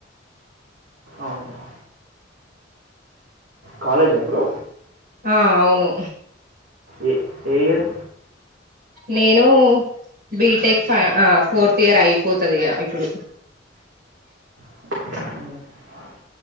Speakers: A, on the right; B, on the right.
A: అవునా కాలేజ్ ఎప్పుడు
B: ఆ అవును
A: ఏ ఏ ఇయర్
B: నేను బీటెక్ ఫ ఫోర్త్ ఇయర్ అయిపోతది ఇగ ఇప్పుడు
A: అ